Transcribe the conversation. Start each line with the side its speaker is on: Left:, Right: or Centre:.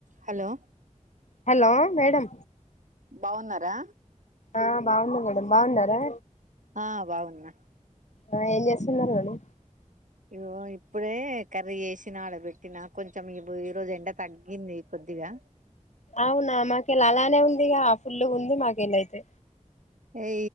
Right: Hello
Left: hello madam
Right: బావున్నారా
Left: ఆ బాగునామ్ బాగున్నారా
Right: ఆ బాగున్నా
Left: ఆ ఏం చేస్తున్నారు మీరు
Right: ఇదిగో ఇప్పుడే కర్రీ చేసినా, ఆడ పెట్టినా, కొంచెం ఇ ఈరోజు ఎండ తగ్గింది కొద్దిగా
Left: అవునా మాకిలా అలానే ఉందిగ పుల్లుగుంది మాకు ఎందో అయితే
Right: ఈ